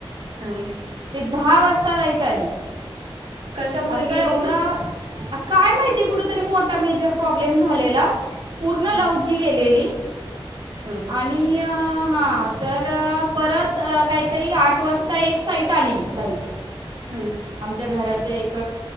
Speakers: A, on the right; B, on the right.
A: हां.
B: ते दहा वाजता लाईट आली.
A: कशामुळे
B: असं
A: गेलेली?
B: एवढं काय माहिती? कुठ तरी, मोठा मेजर प्रॉब्लेम झालेला. पूर्ण
A: ह
B: लवजी गेलेली.
A: ह ह
B: आणि आ हा तर, परत काहीतरी आठ वाजता, एक साईट ट आली लाईट.
A: ह.
B: आमच्या घराच्या एक,